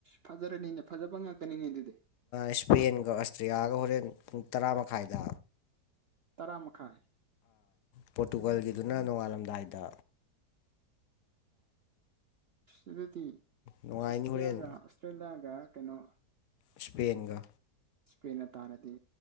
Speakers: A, on the right; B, on the left.
A: ꯐꯖꯔꯦꯅꯦꯅꯦ ꯐꯖꯕ ꯉꯥꯛꯀꯅꯤꯅꯦꯗꯤ
B: ꯏꯁꯄꯦꯟꯒ ꯑꯁꯇ꯭ꯔꯤꯂꯤꯌꯥꯒ ꯍꯣꯔꯦꯟ ꯄꯨꯡ ꯇꯔꯥ ꯃꯈꯥꯏꯗ
A: ꯇꯔꯥ ꯃꯈꯥꯏ
B: ꯄꯣꯔꯇꯨꯒꯜꯒꯤꯗꯨꯅ ꯅꯣꯡꯉꯥꯜꯂꯝꯗꯥꯏꯗ
A: ꯑꯣꯗꯤ
B: ꯅꯨꯡꯉꯥꯏꯅꯤ
A: ꯑꯁ
B: ꯍꯣꯔꯦꯟ
A: ꯌꯥꯒ ꯑꯁ꯭ꯔꯦꯌꯥꯒ ꯀꯩꯅꯣ
B: ꯏꯁꯄꯦꯒ
A: ꯏꯁꯄꯦ ꯇꯥꯔꯗꯤ